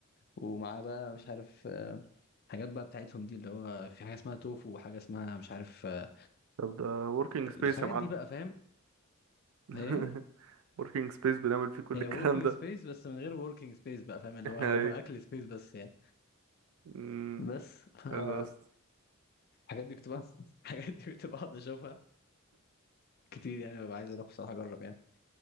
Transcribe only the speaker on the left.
ومعاه بقى مش عارف آه، حاجات بقى بتاعتهم دي اللي هو في حاجه اسمها توفو وحاجه اسمها مش عارف آه،
الحاجات
دي بقى فاهم
ايه
هي
وركينج
سبيس بس من غير وركينج سبيس بقى فاهم اللي
هو هو
اكل سبيس بس يعني
بس فالحاجات
دي كنت بقى <laughs> الحاجات دي كنت بقعد اشوفها كتير يعني ببقى عايز اروح بصراحه اجرب يعني